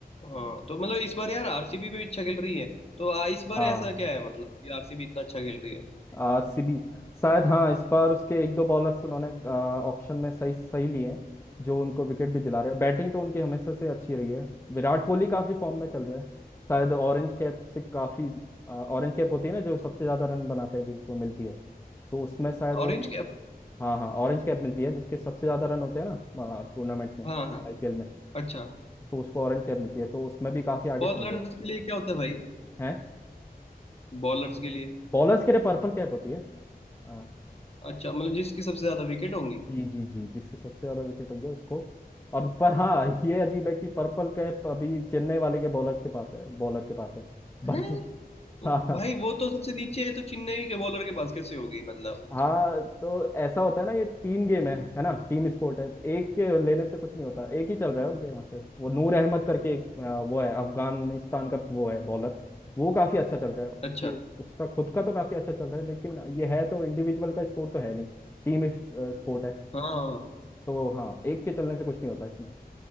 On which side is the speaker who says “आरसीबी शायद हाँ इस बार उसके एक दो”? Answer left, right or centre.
Left